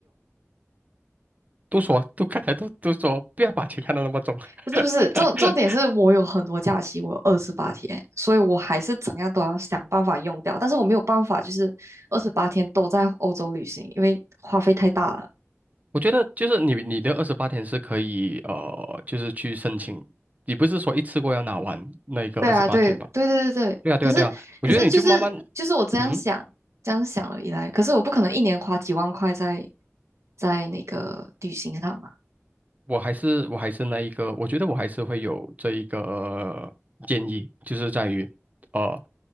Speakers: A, on the right; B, on the right.
A: 都说，都刚才都都说，不要把钱看得那么重。
B: 不是不是，
A: <laughs>
B: 重重点是我有很多假期，我有二十八天，所以我还是怎样都要想办法用掉。但是我没有办法，就是二十八天都在欧洲旅行，因为花费太大了。
A: 我觉得就是你你的二十八天是可以呃，就是去申请，你不是说一次过要拿完那一个二十八天吧？
B: 对啊，对对对对对，
A: 对啊，对啊，
B: 可是可是就是就是我这样想这样想了以来，
A: 对啊。我觉得你就慢慢，嗯，
B: 可是我不可能一年花几万块在在那个旅行上嘛。
A: 我还是我还是那一个，我觉得我还是会有这一个建议，就是在于，呃，